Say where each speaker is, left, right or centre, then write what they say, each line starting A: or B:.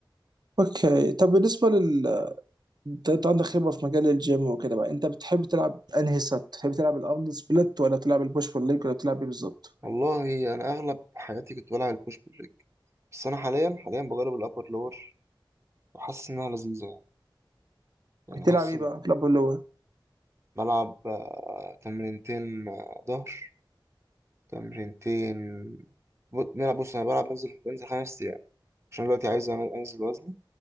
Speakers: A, on the right; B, on the right.
A: اوكي طب بالنسبه لل انت أنت عندك خبره في مجال الجيم وكده بقى انت بتحب تلعب انهي سات؟ بتحب تلعب الارنولد سبليت ولا تلعب البوش بول ليج ولا تلعب ايه بالظبط؟
B: والله انا اغلب حياتي كنت بلعب البوش بول ليج بس انا حاليا حاليا بجرب الابر لور وحاسس انها لذيذه يعني يعني
A: بتلعب
B: حاسس
A: ايه
B: إن
A: بقى؟ بتلعب اللي هو
B: بلعب آه، تمرينتين آه، ظهر تمرينتين ب- نلعب بص انا بلعب بنزل بنزل خمس ايام عشان دلوقتي عايز أن- انزل وزني